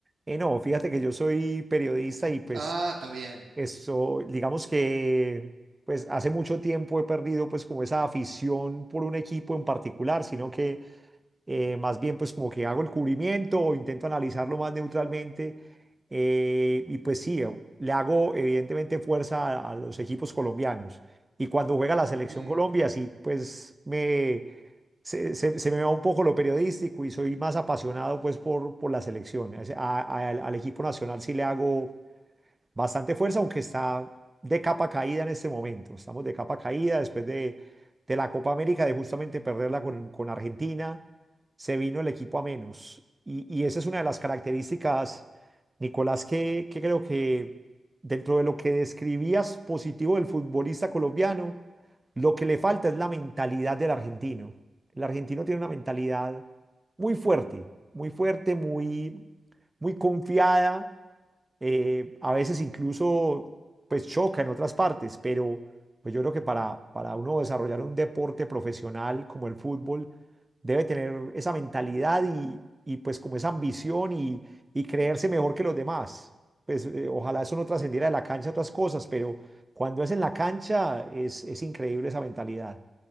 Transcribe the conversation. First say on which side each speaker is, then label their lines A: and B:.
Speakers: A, on the right (about 20°); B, on the right (about 65°).
A: Y no, fíjate que yo soy periodista y pues
B: Ah, está bien.
A: eso, digamos que pues hace mucho tiempo he perdido pues como esa afición por un equipo en particular, sino que eh, más bien pues como que hago el cubrimiento o intento analizarlo más neutralmente. eh, y pues sí, eh, le hago evidentemente fuerza a, a los equipos colombianos. Y cuando juega la selección
B: Mm,
A: Colombia, sí, pues me, se, se- se me va un poco lo periodístico y soy más apasionado pues por, por la selección. Es- a- a- al al equipo nacional sí le hago bastante fuerza, aunque está de capa caída en este momento. Estamos de capa caída después de, de la Copa América, de justamente perderla con, con Argentina. Se vino el equipo a menos. Y, y esa es una de las características, Nicolás, que, que creo que dentro de lo que describías positivo del futbolista colombiano, lo que le falta es la mentalidad del argentino. El argentino tiene una mentalidad muy fuerte, muy fuerte, muy, muy confiada eh, a veces incluso pues choca en otras partes, pero pues yo creo que para, para uno desarrollar un deporte profesional como el fútbol, debe tener esa mentalidad y, y, pues como esa ambición y, y creerse mejor que los demás. Pues eh, ojalá eso no trascendiera de la cancha a otras cosas, pero cuando es en la cancha es, es increíble esa mentalidad.